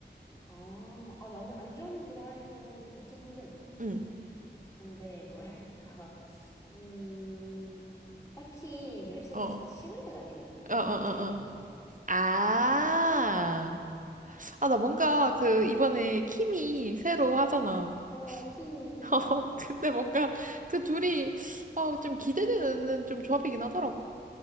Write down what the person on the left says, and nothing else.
아, 아, 나는 안전 드라이버는 있긴 한데,
근데 뭐랄까, <laughs> 음, 딱히 메르세데스가
싫은 건 아니거든? 근데
정이 안 가.
어, 키미.